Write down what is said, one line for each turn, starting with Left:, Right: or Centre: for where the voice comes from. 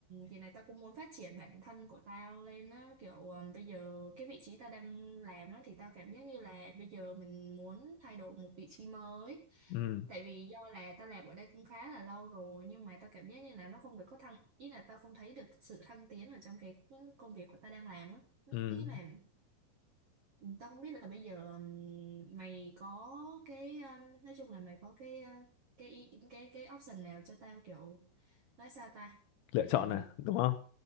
Right: kỳ này tao cũng muốn phát triển bản thân của tao lên á. Kiểu um, bây giờ cái vị trí tao đang làm á thì tao cảm giác như là bây giờ mình muốn thay đổi một vị trí mới.
Left: ừ,
Right: Tại vì do là tao làm ở đây cũng khá là lâu rồi nhưng mà tao cảm giác như là nó không được có thăng, ý là tao không thấy được sự thăng tiến ở trong cái công việc của tao đang làm á.
Left: ừ.
Right: Ý là Tao không biết là bây giờ ừm, mày có cái ừm, nói chung là mày có cái ờ, cái ý- cái cái option nào cho tao kiểu nói sao ta
Left: lựa
Right: nghĩa
Left: chọn
Right: là
Left: à đúng không